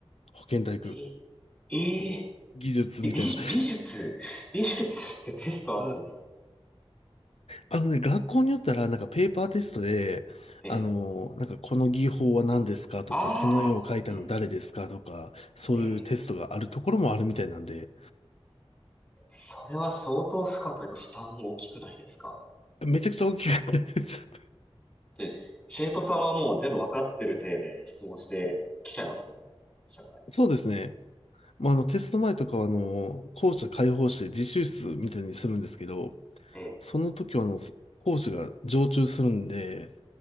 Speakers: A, on the left; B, on the left.
A: 保健体育、
B: え、え、ええ
A: 技術みたいな。
B: 美、美術、美術ってテストあるんですか
A: あのね、学校によったらなんかペーパーテストで、
B: ええ。
A: あの、なんかこの技法は何ですかとか、
B: ああ、
A: この絵を描いたの誰ですかとか、
B: ええ、
A: そういうテストがあるところもあるみたいなんで、
B: ええ。それは相当負荷というか負担大きくないですか
A: めちゃくちゃ大きくったです。
B: で、生徒さんはもう全部わかってる体で質問してきちゃいますもんね、こちら側に。
A: <laughs> そうですね。まあ、あの、テスト前とかはあの、校舎開放して自習室みたいにするんですけど、
B: ええ。
A: その時はあの、講師が常駐するんで、